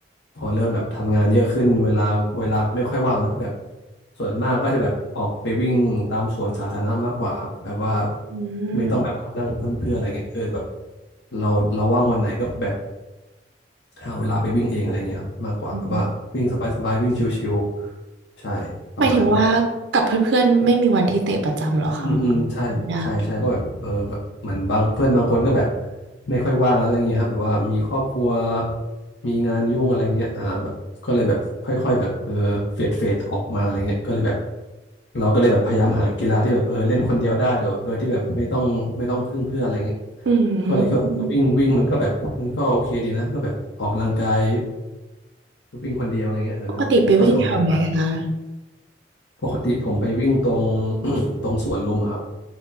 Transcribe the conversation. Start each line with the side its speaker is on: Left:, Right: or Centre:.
Left: พอเริ่มแบบทำงานเยอะขึ้นเวลาเวลาไม่ค่อยว่างแล้วก็แบบส่วนมากก็จะแบบออกไปวิ่งตามสวนสาธารณะมากกว่าครับแบบว่า
Right: อืม
Left: ไม่ต้องแบบมานั่งพึ่งเพื่อนอะไรเงี้ยเออแบบเราเราว่างวันไหนก็แบบ หาเวลาไปวิ่งเองอะไรเงี้ยครับมากกว่าแบบว่าวิ่งสบายๆวิ่งชิวๆใช่ประมาณนี้ครับ
Right: อืมหมายถึงว่ากับเพื่อนๆไม่มีวันที่เตะประจำเหรอคะมั
Left: อืมอืมใช่ใช่ใช่เพราะแบบเออแบบเหมือนบางเพื่อนบางคนก็แบบ
Right: นยาก
Left: ไม่ค่อยว่างแล้วอะไรเงี้ยครับแบบว่ามีครอบครัวมีงานยุ่งอะไรเงี้ยอ่าแบบก็เลยแบบค่อยๆแบบเออเฟดเฟดออกมาอะไรเงี้ยก็เลยแบบเราก็เลยแบบพยายามหากีฬาที่แบบเออเล่นคนเดียวได้โดยโดยที่แบบไม่ต้องไม่ต้องพึ่งเพื่อนอะไรเงี้ย
Right: อื
Left: ก็เลยคิดว่าวิ่งวิ่งมันก็แบบมันก็โอเคดีนะก็แบบออกกำลังกาย
Right: ม
Left: วิ่งคนเดียวอะไรเงี้ยเออก็สนุกดีแบบ
Right: ปกติไปวิ่งแถวไหนคะ
Left: ปกติผมไปวิ่งตรง <coughs> ตรงสวนลุมอะครับ